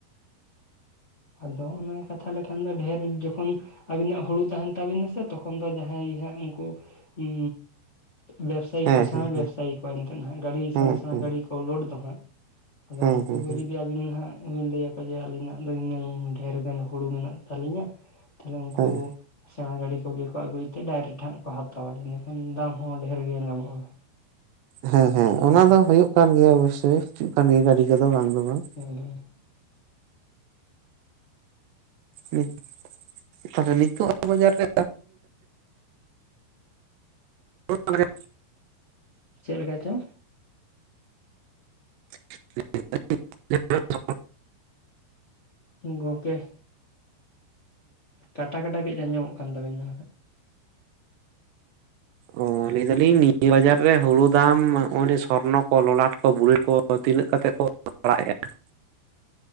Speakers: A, on the left; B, on the right.
A: ᱟᱫᱚ ᱚᱱᱟᱮ ᱠᱟᱛᱷᱟ ᱞᱮᱠᱷᱟᱱ ᱫᱚ ᱰᱷᱮᱨ। ᱡᱚᱠᱷᱚᱱ ᱼᱼ ᱟᱹᱵᱤᱱᱟᱜ ᱦᱩᱲᱩ ᱛᱟᱦᱮᱱ ᱛᱟᱵᱤᱱᱟᱥᱮ ᱛᱚᱠᱷᱚᱱ ᱫᱚ ᱡᱟᱸᱦᱟᱸᱭ ᱜᱮ ᱦᱟᱸᱜ ᱩᱱᱠᱩ ᱩᱸᱻ ᱵᱮᱵᱽᱥᱟᱭᱤ
B: ᱦᱮᱸ
A: ᱠᱚ ᱥᱮᱬᱟ
B: ᱦᱮᱸ
A: ᱵᱮᱵᱽᱥᱟᱭᱤ ᱠᱚ ᱮᱱᱛᱮ ᱦᱟᱸᱜ ᱜᱟᱹᱰᱤ
B: ᱦᱮᱸ
A: ᱥᱮᱬᱟ ᱥᱮᱬᱟ
B: ᱦᱮᱸ
A: ᱜᱟᱹᱰᱤ ᱠᱚ ᱞᱳᱰ ᱫᱚ ᱦᱟᱸᱜ᱾ ᱟᱫᱚ
B: ᱦᱮᱸ
A: ᱩᱱᱠᱩ
B: ᱦᱮᱸ
A: ᱠᱚ
B: ᱦᱮᱸ ᱦᱮᱸ
A: ᱡᱩᱫᱤ ᱟᱹᱵᱤᱱ ᱦᱟᱸᱜ ᱵᱤᱱ ᱞᱟᱹᱭᱟᱠᱚ ᱡᱮ ᱟᱹᱞᱤᱧᱟᱜ ᱱᱤᱱᱟᱹᱝ ᱰᱷᱮᱨ ᱜᱟᱱ ᱦᱩᱲᱩ ᱢᱮᱱᱟᱜ ᱛᱟᱞᱤᱧᱟ ᱛᱟᱦᱞᱮ ᱩᱝᱠᱩ
B: ᱦᱮᱸ
A: ᱥᱮᱬᱟ ᱜᱟᱹᱰᱤ ᱠᱚᱜᱮ ᱠᱚ ᱟᱹᱜᱩᱭ ᱛᱮ ᱰᱟᱭᱨᱮᱠᱴ ᱦᱟᱸᱜ ᱠᱚ ᱦᱟᱛᱟᱣᱟ ᱤᱱᱟᱹᱠᱷᱟᱱ ᱫᱟᱢ ᱦᱚᱸ ᱰᱷᱮᱨ ᱜᱮ ᱧᱟᱢᱚᱜᱼᱟ᱾
B: ᱦᱮᱸ
A: ᱩᱱᱠᱩ
B: ᱦᱮᱸ
A: ᱴᱷᱮᱱ
B: ᱚᱱᱟ
A: ᱠᱟᱹᱡ
B: ᱫᱚ ᱦᱳᱭᱳᱜ ᱠᱟᱱ ᱜᱮᱭᱟ ᱚᱵᱚᱥᱥᱳᱭ ᱦᱤᱡᱩᱜ ᱠᱟᱱ ᱜᱮᱭᱟ ᱜᱟᱹᱰᱤ ᱠᱚᱫᱚ ᱵᱟᱝ ᱫᱚ ᱵᱟᱝ ᱾
A: <inaudible>
B: ᱦᱩᱸ᱾ ᱛᱟᱦᱟᱞᱮ ᱱᱤᱛᱚᱜ ᱠᱚ ᱧᱟᱢᱟ ᱮᱜᱟ᱾ <inaudible>
A: ᱪᱮᱫ ᱞᱮᱠᱟ ᱪᱚᱝ?
B: <inaudible>
A: ᱜᱚᱝᱠᱮ ᱠᱟᱴᱟ ᱠᱟᱴᱟ ᱠᱟᱹᱡ ᱟᱸᱡᱚᱢᱚᱜ ᱠᱟᱱ ᱛᱟᱵᱤᱱᱟ᱾
B: ᱚ ᱞᱟᱹᱭ ᱫᱟᱞᱤᱧ ᱱᱤᱭᱟᱹ ᱵᱟᱡᱟᱨ ᱨᱮ ᱦᱩᱲᱩ ᱫᱟᱢ ᱱᱚᱜᱼᱚᱭ ᱥᱚᱨᱱᱚ ᱠᱚ ᱞᱚᱞᱟᱴ ᱠᱚ, ᱵᱩᱞᱮᱴ ᱠᱚ, ᱛᱤᱱᱟᱹᱜ ᱠᱟᱛᱮᱫ ᱠᱚ <inaudible>